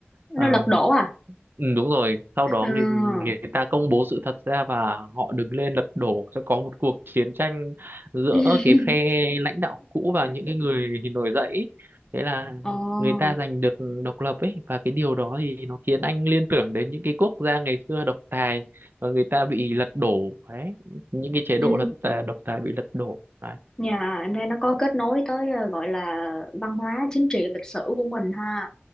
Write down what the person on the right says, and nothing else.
ờ,
Ừ, đúng rồi, sau đó
người, người ta công bố sự thật ra và họ đứng lên lật đổ sẽ có một cuộc chiến tranh giữa
cái phe lãnh đạo cũ và những cái người nổi dậy ý. Thế là
người ta giành được độc lập ấy và cái điều đó thì nó khiến anh liên tưởng đến những cái quốc gia ngày xưa độc tài và người ta bị lật đổ đấy, những cái chế
độ lật tà- độc tài bị lật đổ đấy.